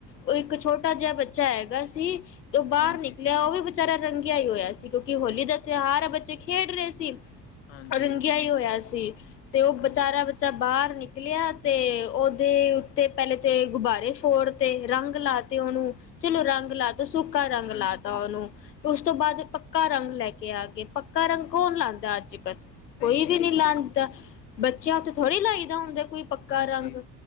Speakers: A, on the left (about 85°); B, on the left (about 70°).
A: ਉਹ ਇੱਕ ਛੋਟਾ ਜਿਹਾ ਬੱਚਾ ਹੈਗਾ ਸੀ। ਉਹ ਬਾਹਰ
B: ਹਾਂਜੀ,
A: ਨਿਕਲਿਆ ਉਹ ਵੀ ਬਚਾਰਾ ਰੰਗਿਆ ਹੀ ਹੋਇਆ ਸੀ ਕਿਉਂਕਿ ਹੋਲੀ ਦਾ ਤਿਉਹਾਰ ਬੱਚੇ ਖੇਡ ਰਹੇ ਸੀ।
B: ਹਾਂਜੀ
A: ਰੰਗਿਆ ਹੋਇਆ ਸੀ ਤੇ ਉਹ
B: ਹਾਂਜੀ,
A: ਵਿਚਾਰਾ ਚਾ ਬਾਹਰ ਨਿਕਲਿਆ ਤੇ ਉਹਦੇ ਉੱਤੇ ਪਹਿਲੇ ਤੇ ਗੁਬਾਰੇ ਫੋੜ ਤੇ ਰੰਗ ਲਾ ਤੇ ਉਹਨੂੰ ਚਲੋ ਰੰਗ ਲਾ ਤ ਸੁੱਕਾ ਰੰਗ
B: ਹਾਂਜੀ।
A: ਲਾ ਤਾ ਉਹਨੂੰ ਉਸ ਤੋਂ ਬਾਅਦ ਪੱਕਾ ਰੰਗ ਲੈ ਕੇ ਆ ਗਏ ਪੱਕਾ ਰੰਗ ਕੌਣ ਲਾਉਂਦਾ ਅੱਜ ਕੱਲ ਕੋਈ
B: ਜੀ
A: ਵੀ ਨਹੀਂ
B: ਸੁੱਖ
A: ਲਾਉਂਦਾ ਬੱਚਿਆਂ ਉੱਥੇ ਥੋੜੀ ਲਾਈਦਾ ਹੁੰਦਾ ਕੋਈ ਪੱਕਾ
B: ਹਾਂਜੀ,
A: ਰੰਗ